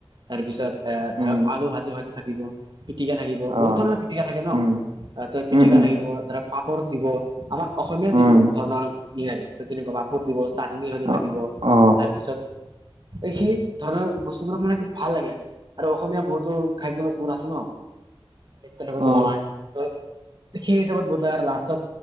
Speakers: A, on the right; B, on the right.
A: তাৰপিছত এ
B: উম
A: ধৰক আলু ভাজি ভাজি থাকিব। পিটিকা থাকিব
B: অ
A: বহুত ধৰণৰ পিটিকা থাকে ন
B: উম
A: তই
B: উম
A: পিটিকা
B: উম
A: থাকিব ধৰা পাপৰ দিব আমাক অসমীয়া
B: উম
A: যিটো ধৰণৰ নিৰামিষ ত তেনেকুৱা পাপৰ দিব চাট নিম ভাজি
B: অ
A: থাকিব তাৰপিছত
B: অ
A: এইখিনি ধৰণৰ বস্তুবোৰক মানে কি ভাল লাগে আৰু আৰু অসমীয়া বহুতো খাদ্যবোৰ আছে ন
B: <inaudible>
A: এ তেনেকুৱাকে
B: অ
A: বনাই ত সেই হিচাপত বুজাই আৰু লাষ্টত